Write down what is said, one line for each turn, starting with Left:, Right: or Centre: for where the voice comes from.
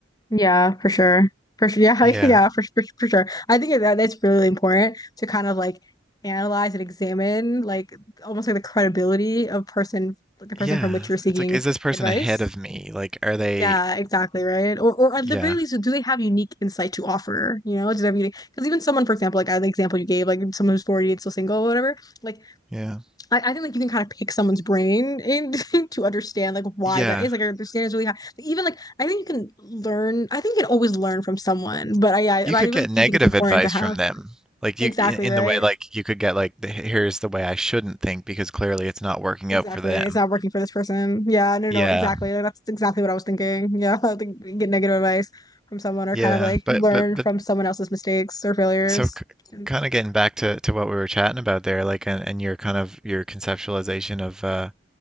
Left: yeah, for sure. For sure. Yeah,
Centre: Yeah.
Left: <laughs> yeah, for, for, for sure. I think that that's really important to kind of like analyze and examine like almost like the credibility of person like the person
Centre: Yeah.
Left: from which you're seeking
Centre: It's like, is this person
Left: advice.
Centre: ahead of me? Like, are they,
Left: Yeah, exactly, right? Or, or at
Centre: yeah,
Left: the very least, do they have unique insight to offer? You know, do they have unique? Because even someone, for example, like uh, the example you gave, like someone who's 40 and still single or whatever, like
Centre: yeah,
Left: I, I think like you can kind of pick someone's brain and <laughs> to understand like why
Centre: yeah.
Left: that is. Like I understand it's really high. Even like I think you can learn. I think you can always learn from someone, but I
Centre: You
Left: I, I
Centre: could
Left: really
Centre: get negative
Left: do think it's important
Centre: advice
Left: to have
Centre: from them. Like
Left: exactly
Centre: you in in
Left: right.
Centre: the way like you could get like the, here's the way I shouldn't think because clearly it's not working
Left: Exactly.
Centre: out for them.
Left: It's not working for this person. Yeah, no,
Centre: Yeah.
Left: no, no, exactly. Like, that's exactly what I was thinking. Yeah, <laughs> like get negative advice from someone or
Centre: Yeah.
Left: kind of like
Centre: But
Left: learn
Centre: but but
Left: from someone else's mistakes or failures.
Centre: So,
Left: And-
Centre: kind of getting back to, to what we were chatting about there, like, and, and your kind of your conceptualization of uh